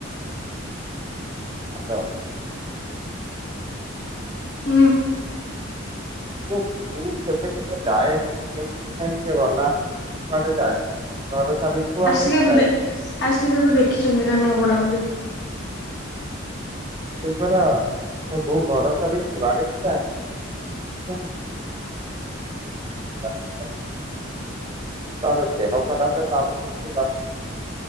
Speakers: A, on the right; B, on the left.
A: ଆଛ।
B: ହୁଁ।
A: କେେ <inaudible> ଯାଏନି କେମିତି କ୍ଷଣିିକ ଗଲା କୁଆଡେ ଯାଏ ଘର ଛାଡି କୁଆଡେ
B: ଆ ସେ କେବେ
A: ବି ଯାଏ
B: ଆ ସେ କେବେ ଦେଖିଛନ୍ତି ନା ନୂଆ ବଡ ମନ୍ଦିର?
A: ସେଥର ବୋଉ ଘର ଛାଡି କୁଆଡେ ବି ଯାଏନି <inaudible> ତାର ଦେହ ଖରାପ ତାପରେ ତା।